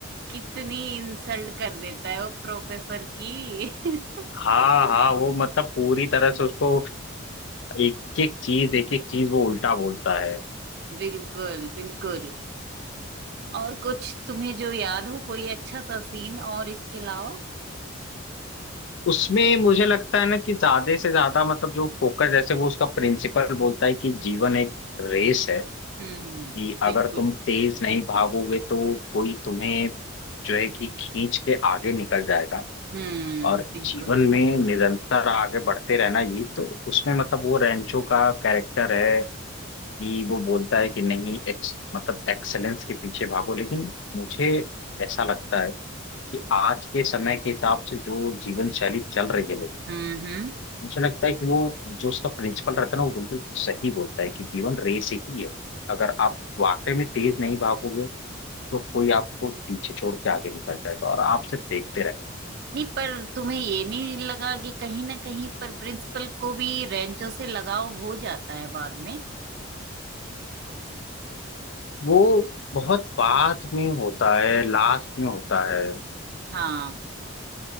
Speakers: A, on the right; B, on the left.
A: कितनी इंसल्ट कर देता है वो प्रोफेसर की <laughs>
B: हाँ हाँ वो मतलब पूरी तरह से उसको एक एक चीज एक एक चीज वो उल्टा बोलता है
A: बिल्कुल बिल्कुल और कुछ तुम्हें जो याद हो कोई अच्छा सा सीन और इसके लाओ
B: उसमें मुझे लगता है ना कि ज्यादा से ज्यादा मतलब जो फोकस जैसे वो उसका प्रिंसिपल बोलता है कि जीवन एक रेस है
A: हम्म
B: कि अगर
A: बिल्कुल
B: तुम तेज नहीं भागोगे तो कोई तुम्हें जो है कि खींच के आगे निकल जाएगा
A: हम्म
B: और
A: बिल्कुल
B: जीवन में निरंतर आगे बढ़ते रहना ये तो उसमें मतलब वो रैंचो का कैरेक्टर है कि वो बोलता है कि नहीं एक्स मतलब एक्सेलेंस के पीछे भागो लेकिन मुझे ऐसा लगता है कि आज के समय के हिसाब से जो जीवन शैली चल रही है लोगों की,
A: हम्म हम्म
B: मुझे लगता है कि वो जो उसका प्रिंसिपल रहता है ना वो बिल्कुल सही बोलता है कि जीवन रेस ही है अगर आप वाकई में तेज नहीं भागोगे तो कोई आपको पीछे छोड़ के आगे निकल जाएगा और आप सिर्फ देखते
A: नहीं पर तुम्हें ये नहीं लगा कि कहीं ना कहीं पर प्रिंसिपल को भी रेंचो से लगाव हो जाता है बाद में
B: वो बहुत बात में होता है लास्ट में होता है
A: हाँ